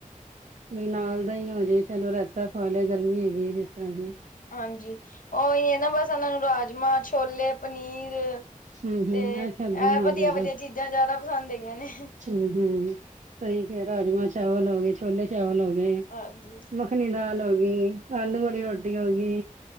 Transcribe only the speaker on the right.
ਵੀ ਨਾਲ ਦਹੀ ਹੋਜੇ ਚਲੋ, ਰਾਹੇਤਾ ਪਾ ਲਿਆ, ਗਰਮੀ ਹੈਗੀ ਏ, ਜਿਸ ਤਰ੍ਹਾਂ ਕਿ।
ਹੂੰ-ਹੂੰ
ਇਹ ਸਬਜ਼ੀਆਂ
ਹਾਂ
ਦੇ
ਹੂੰ-ਹੂੰ, ਸਹੀ ਕਿਹਾ, ਰਾਜਮਾਂ-ਚਾਵਲ ਹੋ ਗਏ, ਛੋਲੇ ਚਾਵਲ ਹੋਗੇ।
ਮੱਖਣੀ-ਦਾਲ ਹੋਗੀ, ਆਲੂ ਵਾਲੀ ਰੋਟੀ ਹੋਗੀ।